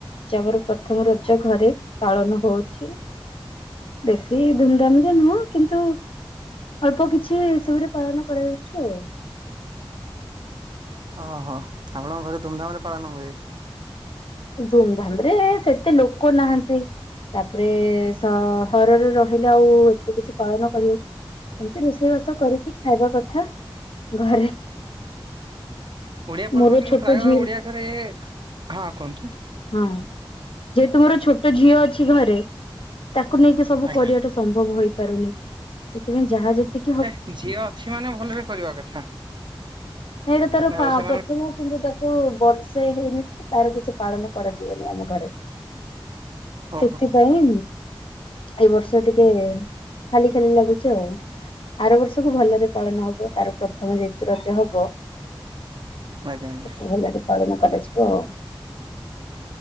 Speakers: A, on the left; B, on the right.
A: ଯେ ଆମର ପ୍ରଥମ ର ନିଜ ଘରେ ପାଳନ ହଉଚି। ବେଶୀ ଧୁମଧାମ୍ ରେ ନୁହଁ କିନ୍ତୁ ଅଳ୍ପ କିଛି ଏସବୁରେ ପାଳନ କରାଯାଉଚି ଆଉ।
B: ଅ ହ। ଆପଣଙ୍କ ଘରେ ଧୁମଧାମ୍ ରେ ପାଳନ ହୁଏ?
A: ଧୁମଧାମ୍ ରେ ସେତେ ଲୋକ ନାହାନ୍ତି। ତାପରେ ସହରରେ ରହିଲେ ଆଉ ଏତେ କିଛି ପାଳନ କରି ଏମତି ରୋଷେଇବାସ କରିକି ଖାଇବା କଥା ଘରେ।
B: ଓଡିଆ ପର୍ବ
A: ମୋର
B: କିନ୍ତୁ
A: ଛୋଟ
B: ପ୍ରାୟ
A: ଝିଅ
B: <unintelligible> ହଁ କୁହନ୍ତୁ।
A: ହଁ ଯେହେତୁ ମୋର ଛୋଟ ଝିଅ ଅଛି ଘରେ ତାକୁ ନେଇକି ସବୁ
B: ଆଜ୍ଞା
A: କରିବାଟା ସମ୍ଭବ ହେଇପାରୁନି ସେଥିପାଇଁ ଯାହା ଯେତି
B: ହେ ଝିଅ ଅଛି ମାନେ ଭଲରେ କରିବା କଥା
A: ଏଇଟା ତାର
B: ଆଉ ସେମାନ
A: <unintelligible> କିନ୍ତୁ ତାକୁ ବର୍ଷେ ହେଇନଥିବ ତାର କିଛି ପାଳନ କରାଯିବନି ଆମ ଘରେ।
B: ଓହୋ
A: ସେଥିପାଇଁ ଏଇ ବର୍ଷ ଟିକେ ଖାଲି ଖାଲି ଲାଗୁଚି ଆଉ। ଆର ବର୍ଷକୁ ଭଲରେ ପାଳନ ହବ ତାର ପ୍ରଥମ ଯେହେତୁ ରଜ ହବ। ତାକୁ
B: ଆଜ୍ଞା ଆଜ୍ଞା।
A: ଭଲରେ ପାଳନ କରାଯିବ ଆଉ।